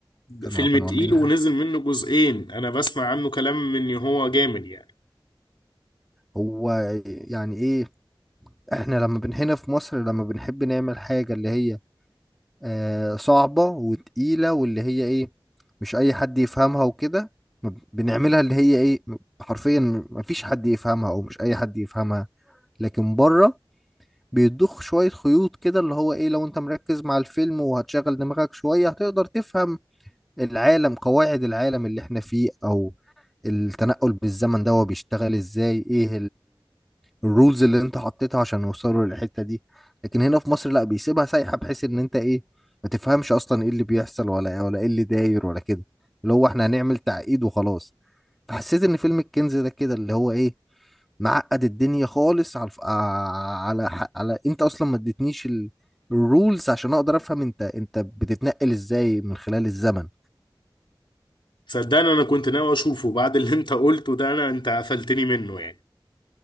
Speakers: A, in the centre; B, on the left.
A: كانوا
B: فيلم
A: كانوا
B: تقيل
A: عاملين
B: ونزل منه جزئين انا بسمع عنه كلام ان هو جامد يعني
A: هو يعني ايه احنا لما بن هنا في مصر لما بنحب نعمل حاجة اللي هي آه صعبة وتقيلة واللي هي ايه مش اي حد يفهمها وكده ما ب- بنعملها اللي هي ايه م- حرفيا مفيش حد يفهمها او مش اي حد يفهمها لكن بره بيضخ شوية خيوط كده اللي هو ايه لو انت مركز مع الفيلم وهتشغل دماغك شوية هتقدر تفهم العالم قواعد العالم اللي احنا فيه او التنقل بالزمن ده هو بيشتغل ازاي ايه الرولز اللي انت حطيتها عشان يوصلوا للحتة دي لكن هنا في مصر لا بيسيبها سايحة بحيث ان انت ايه ما تفهمش اصلا ايه اللي بيحصل ولا إيه، ولا ايه اللي داير ولا كده اللي هو احنا هنعمل تعقيد وخلاص فحسيت ان فيلم الكنز ده كده اللي هو ايه معقد الدنيا خالص على الف- آه، على ح- على انت اصلا ما اديتنيش ال- الرولز عشان اقدر افهم انت انت بتتنقل ازاي من خلال الزمن
B: صدقني انا كنت ناوي اشوفه بعد اللي انت قلته ده انا انت قفلتني منه يعني